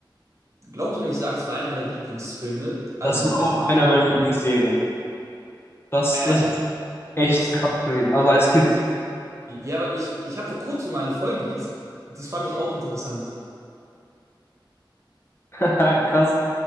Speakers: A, on the right; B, on the left.
A: Glaubst du, wenn ich sage, es war einer meiner Lieblingsfilme, also,
B: Das war
A: also
B: auch einer
A: einer,
B: meiner
A: ne?
B: Lieblingsserien. Das,
A: Äh,
B: das ist echt
A: was,
B: krass gewesen. Also als Kind.
A: ja, ich, ich habe vor kurzem mal eine Folge gesehen. Das fand ich auch interessant.
B: <laughs> Krass.